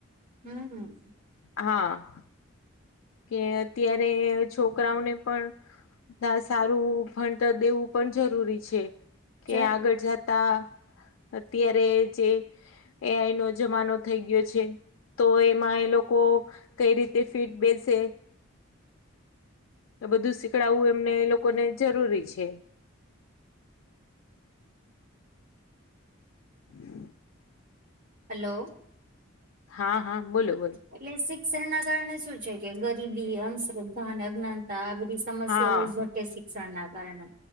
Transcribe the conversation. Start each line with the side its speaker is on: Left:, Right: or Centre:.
Right: હમ્મ.
Left: હા. કે અત્યારે છોકરાઓને પણ ના સારું ભણતર દેવું પણ જરૂરી છે કે
Right: જ
Left: આગળ જાતા તા અત્યારે જે એ આઈ નો જમાનો થઈ ગયો છે. તો એમાં એ લોકો કઈ રીતે ફિટ બેસે. તો બધું શીકડાવવું એમને એ લોકોને જરૂરી છે. હમ.
Right: હાલો.
Left: હા હા, બોલો બોલો.
Right: એટલે શિક્ષણ ના કારણે શું છે કે ગરીબી, અંધશ્રદ્ધા, અજ્ઞાનતા આ બધી સમસ્યા
Left: હા
Right: હોય ઘટે શિક્ષણ ના કારણે